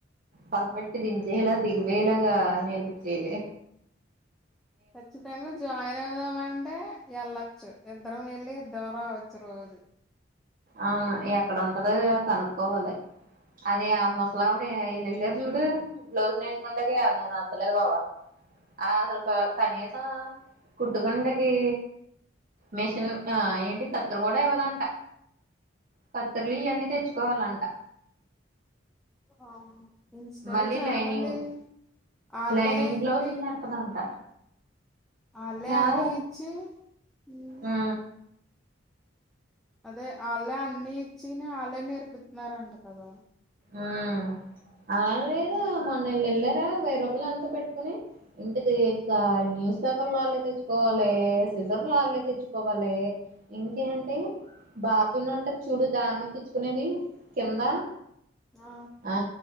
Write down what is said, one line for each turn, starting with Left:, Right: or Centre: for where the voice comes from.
Right: పర్ఫెక్ట్ దించేలా దిగిపోయేలాగా నేర్పిచ్చేయలి.
Centre: ఖచ్చితంగా జాయిన్ అవుదామంటే వెళ్ళొచ్చు ఇద్దరం ఎ ఎళ్ళి ఇద్దాం రావచ్చు రోజు
Right: అవును ఎక్కడ ఉంటదో కనుక్కోవాలి అదే ఆ మొసలి ఆవిడ ఎల్లెల్లారు చూడు బ్లౌస్ నేర్చుకుండాకి అది నాకు నచ్చలేదు బాబ ఆ అసలు క కనీసం కుట్టుకుండకి మేషన్ ఆ ఏంటి కత్తెర కూడా ఇవ్వదంట కత్తర్లు ఇయన్నీ తెచ్చుకోవాలంట
Centre: ఆ ఇంస్టాలో
Right: మళ్ళీ
Centre: చాలా
Right: లైనింగ్
Centre: మంది వాళ్ళే
Right: లైనింగ్
Centre: ఏంటి
Right: బ్లౌజులు నేర్పదంట
Centre: ఆళ్ళే
Right: కాదు
Centre: అన్నీ ఇచ్చి ఉమ్
Right: ఊ
Centre: అదే ఆళ్ళే అన్నీ ఇచ్చీను ఆళ్ళే నేర్పితున్నారంట కదా
Right: ఆ అలా లేదు
Centre: ఉమ్
Right: మొన్న ఇళ్ళు ఎళ్ళారు వెయ్యి రూపాయలు ఎంట పెట్టుకుని ఇంటిది ఇక న్యూస్ పేపర్లు వాళ్ళే తెచ్చుకోవాలి. సిజర్లు ఆళ్ళే తెచ్చుకోవాలే ఇంకేంటి బాపిన్ను ఉంటది చూడు దారం ఎక్కిచ్చుకునేది కింద
Centre: ఆ
Right: ఆ